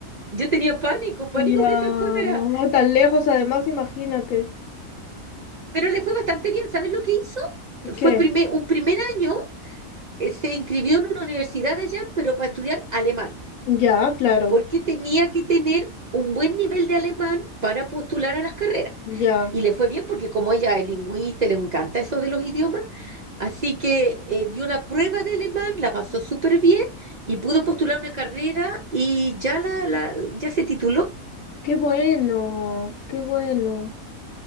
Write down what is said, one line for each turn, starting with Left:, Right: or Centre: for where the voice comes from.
Right: Yo tenía pánico, pánico
Left: Ya,
Right: que se fuera.
Left: mamá, tan lejos, además, imagínate.
Right: Pero le fue bastante bien. ¿Sabes lo que hizo?
Left: ¿Qué?
Right: Fue primer- un primer año, eh, se inscribió en una universidad allá, pero para estudiar alemán,
Left: Ya, claro,
Right: porque tenía que tener un buen nivel de alemán para postular a las carreras.
Left: ya.
Right: Y le fue bien porque como ella es lingüista, le encanta eso de los idiomas, así que eh, dio la prueba de alemán, la pasó súper bien y pudo postular una carrera y ya, la, la- ya se tituló
Left: Qué bueno, qué bueno.